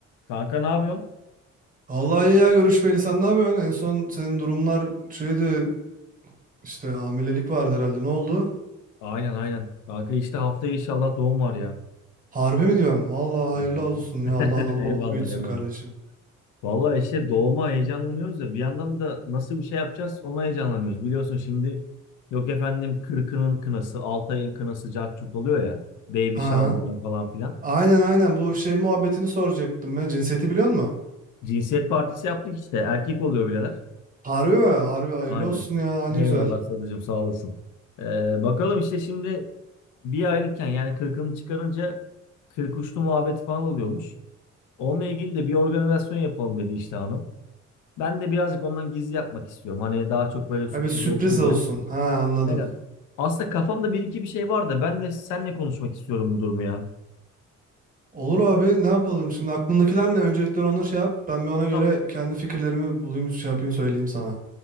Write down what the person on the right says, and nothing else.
Vallahi iyi ya görüşmeyeli sen ne yapıyorsun? En son senin durumlar şeydi işte hamilelik vardı herhalde ne oldu?
Harbi mi diyorsun? Vallahi hayırlı
olsun
ya Allah analı babalı
büyütsün
kardeşim.
Ha.
Aynen aynen bu şey muhabbetini soracaktım ya cinsiyeti biliyor musun?
Harbi mi? Harbi hayırlı
olsun ya
ne güzel.
Ha bir sürpriz
olsun.
Ha anladım.
Olur
abi ne yapalım şimdi aklındakiler ne? Öncelikle onu şey yap. Ben bir ona göre
kendi fikirlerimi bulayım şey yapayım söyleyeyim sana.